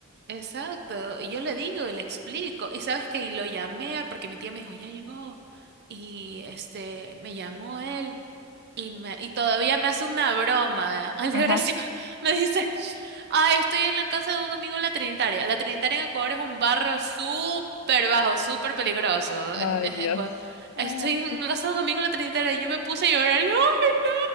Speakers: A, on the right; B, on the left.
A: Exacto. Y yo le digo y le explico. Y sabes que lo llamé porque mi tía me dijo, ya llegó. Y este, me llamó él. Y, me, y todavía me hace una broma, al Altagracia.
B: Ajá.
A: <laughs> Me dice, ay, estoy en la casa de un amigo en la Trinitaria. La Trinitaria en Ecuador es un barrio súper bajo, súper peligroso.
B: Ay,
A: En- en-
B: Dios.
A: en Ecua- estoy
B: Ay,
A: en la casa de un amigo en la Trinitaria y yo me puse a llorar. Y yo, ay, no,